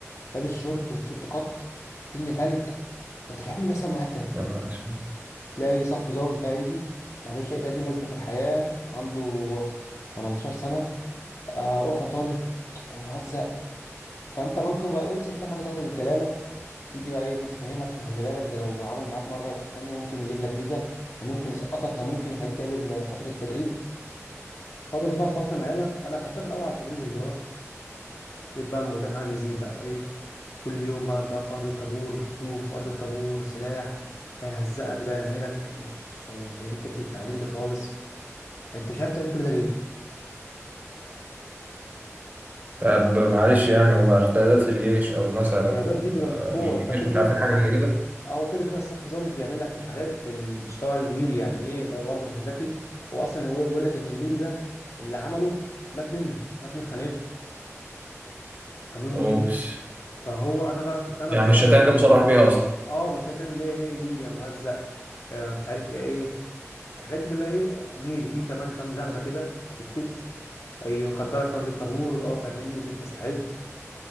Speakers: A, on the left; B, on the right.
A: لابس شورت وتيشيرت قط الدنيا تلج انت مش عارف إيه اللي بيحصل معاك ده
B: يا نهار اسود
A: تلاقي صف ضابط بقى يجي ملوش أي 30 لازمة في الحياة عنده 18 سنة آه، وقفة طالب مهزأ فأنت ممكن بقى إيه، مش فاهم حاجة تاخدك الجلالة تيجي بقى ايه الناس تفهمك خلي بالك ده لو عمل معاك مرة تانية ممكن يجيب لك جزا ده ممكن يسقطك ده ممكن يخليك تعدل فترة التدريب فضلت بقى الفترة معانا انا خدتها في الاول على سبيل الهزار لقيت بقى الموضوع معايا بيزيد بقى ايه كل يوم بقى انت واقف في ارض الطابور بتطوف في ارض الطابور سلاح ده يهزقك ده يعملك مش شاي- شايلين حتة التعليم دي خالص يعني انت مش عارف تعمل كل ده ليه؟
B: طب معلش يعني هو القيادات في الجيش او مثلا
A: يعني ده دي بيبقى
B: آه،
A: من فوق
B: الجيش
A: انت كده
B: مش
A: كده
B: عارفين حاجه زي كده
A: اه هو كده كده الصف ظابط بيعمل لك في الحاجات في المستوى الميري يعني ايه لو برضه عشان ذكي هو اصلا هو بيقول لك ان الميري ده اللي عمله مات منه مات من خناقته قانون الميري
B: اوبس
A: ده فهو انا بقى كنت انا
B: يعني
A: بس
B: الشتائم
A: أنا
B: ده مصرح بيها اصلا
A: اه مش هتعمل ليه ايه الميري يا مهزأ آه مش عارف ايه ايه في الحاجات دي كلها ايه ميري في كمان كام زغده كده في الكتف ايوه قدرك فرد الطابور اه فاعمل لي ستة استعد